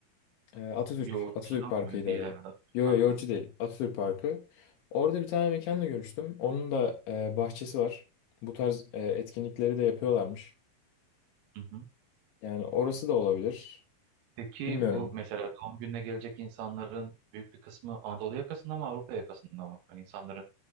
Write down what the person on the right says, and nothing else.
Yoğurtçudan
mı? Değil
herhalde.
Farklı
mı?
Peki
bu mesela doğum gününe gelecek insanların büyük bir kısmı Anadolu yakasında mı Avrupa yakasında mı? Hani insanların